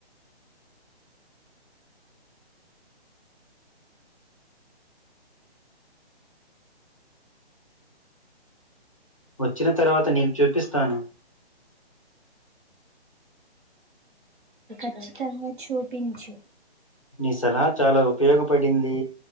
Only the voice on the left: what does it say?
వచ్చిన తర్వాత నీకు చూపిస్తాను
నీ సలహా చాలా ఉపయోగపడింది